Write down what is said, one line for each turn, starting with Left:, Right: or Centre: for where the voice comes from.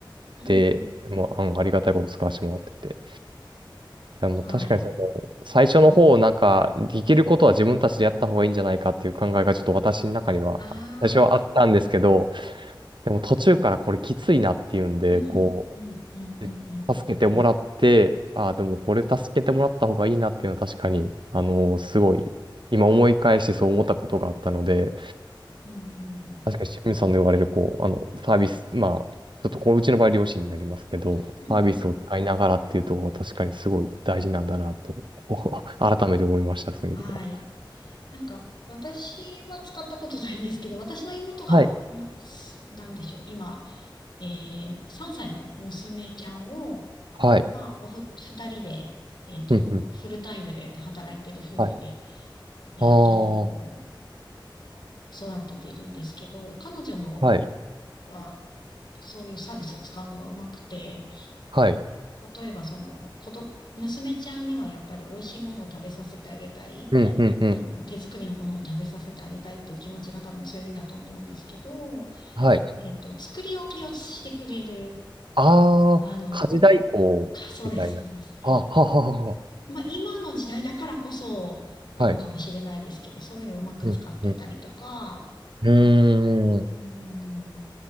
Left: うん、
Right: で、
Left: うん、うん。
Right: もう、あありがたいこと使わせてもらってて。いや、もう確かにその、
Left: はい。
Right: 最初の方、なんか、できることは自分たちでやった方がいいんじゃないかっていう考えがちょっと私の中には、
Left: ああ、
Right: 最初はあったんですけど、でも途中からこれきついなっていうんで、
Left: うん、
Right: こ
Left: うん、うん、うん、
Right: う、
Left: うん、
Right: 助けてもらって、ああ、でもこれ助けてもらった方がいいなっていうのは確かに、あの、すごい、今思い返してそう思ったことがあったので、
Left: うん、うん、
Right: 確かに清水さんの言われる、こう、あの、サービス、まあ、ちょっとこう、うちの場合、両親になりますけど、
Left: うん、
Right: サービスを使いながらっていうところは確かにすごい大事なんだなと、
Left: うん。
Right: <laughs> 改めて思いました、そういう意味では。
Left: はい。なんか、私は使ったことないんですけど、私の妹が、
Right: はい。
Left: ま、すなんでしょう、今、えー、3歳の娘ちゃんを、
Right: はい。
Left: まあ、おふ、2人で、えっと、
Right: うん、うん。
Left: フルタイムで働いてる夫婦で、
Right: はい。
Left: えっと、
Right: ああ、は
Left: 育てているんですけど、彼女の
Right: い。
Left: は、そういうサービスを使うのがうまくて、
Right: はい。
Left: 例えばその、子ど、娘ちゃんにはやっぱり美味しいものを食べさせてあげたい。
Right: うん、うん、うん。
Left: あの、手作りのものを食べさせてあげたいっていう気持ちが多分強いんだと思うんですけど、
Right: はい。
Left: えっと、作り置きをしてくれる、
Right: ああ、
Left: あの、
Right: 家事代行みたいな。
Left: か、そうです、そうです。
Right: あ、はははは。
Left: まあ、今の時代だからこそなのかもしれないですけど、
Right: はい。
Left: そういうのをうまく使ってたりとか、
Right: うん、うん。うーん。
Left: うん、